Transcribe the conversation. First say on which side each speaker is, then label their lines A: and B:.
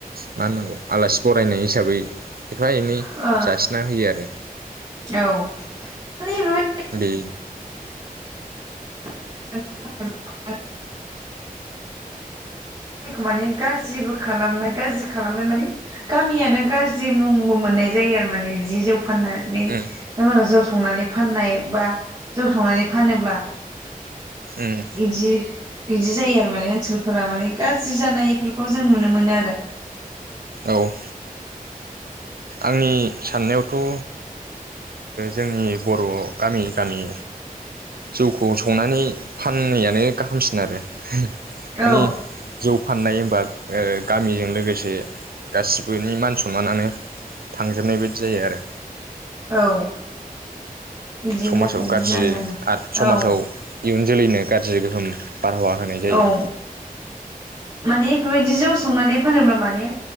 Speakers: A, on the right; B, on the right.
A: मा होननो नंगौ? आलासि बरायनाय हिसाबै। एफा एनै
B: औ
A: जासिना होयो आरो।
B: औ माने
A: बे
B: <unintelligible> माने गाज्रिबो खालामनाय गाज्रि खालामनाय माने। गामियानो गाज्रि मुंबो मोननाय जायो आरो माने जौ फाननानै
A: उम
B: जौ संनानै फाननाय बा जौ संनानै फानोब्ला।
A: उम
B: इ जि बिदि जायो आरो माने ओनसोलफोरा माने गाज्रि जानायफोरखौ जों नुनो मोनो आरो।
A: औ। आंनि साननायावथ' ओ जोंनि बर' गामि‌ गामि जौखौ। संनानै फाननायानो गाहामसिन आरो। माने
B: औ
A: जौ फाननाय होनबा ओ गामिजों लोगोसे गासिबोनि मान सनमानानो थांजोबनाय बायदि जायो आरो
B: औ। बिदि
A: समाजाव
B: जाखायो
A: गाज्रि
B: जानायानो
A: आरो समाजाव
B: औ
A: इयुन जोलैनो गाज्रि गोहोम बारहावा होनाय जायो
B: औ। माने बेफोरबायदि जौ संनानै फानोब्ला माने,